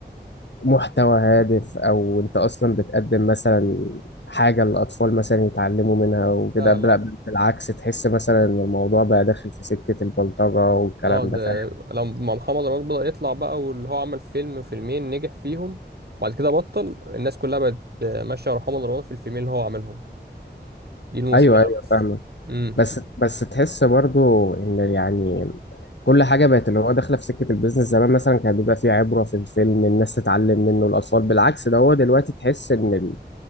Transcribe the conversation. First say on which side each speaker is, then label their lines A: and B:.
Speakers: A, on the left; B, on the right.
A: محتوى هادف او انت اصلا بتقدم مثلا حاجة الأطفال مثلا يتعلموا منها وكده
B: لا
A: بل-
B: لا
A: بالعكس تحس مثلا إن الموضوع بقى داخل في سكة البلطجة والكلام
B: اه ده
A: ده فاهم
B: لما محمد رمضان بدأ يطلع بقى واللي هو عمل فيلم فيلمين نجح فيهم وبعد كده بطل الناس كلها بقت آه، ماشيه ورا محمد رمضان في الفيلمين اللي هو عاملهم دي المشكله
A: أيوه أيوه
B: بس
A: فاهم
B: امم
A: بس بس تحس برضو ان يعني كل حاجه بقت اللي هو داخله في سكه البيزنس زمان مثلا كان بيبقى فيه عبره في الفيلم الناس تتعلم منه الاطفال بالعكس ده هو دلوقتي تحس ان ال...